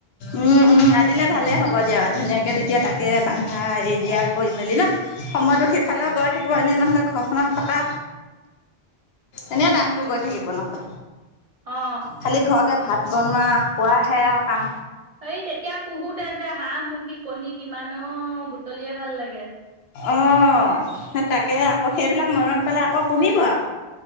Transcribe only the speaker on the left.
উম, আনিলে ভালেই হ'ব দিয়া ধুনীয়াকৈ তেতিয়া তাকে বন্ধা এৰি দিয়া কৰি মেলি ন সময়টো সেইফালে গৈ। থাকিব এনেই নহ'লে ঘৰখনত থকা। এনে টাইমটো
গৈ থাকিব নহলে
খালি ঘৰতে। ভাত বনোৱা খোৱাহে আৰু কাম।
অ সেই তাকে আকৌ সেইবিলাক মনত পেলাই আকৌ পুহিব আৰু।